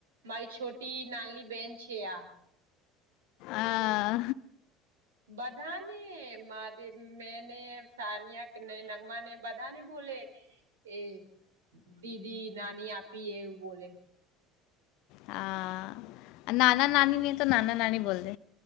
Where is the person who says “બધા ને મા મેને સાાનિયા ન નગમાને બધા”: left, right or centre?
Right